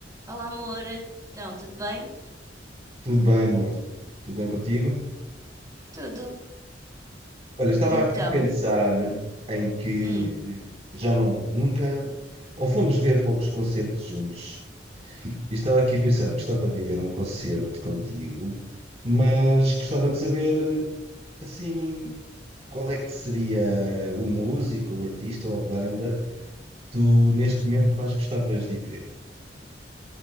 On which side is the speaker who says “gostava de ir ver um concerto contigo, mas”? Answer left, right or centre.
Right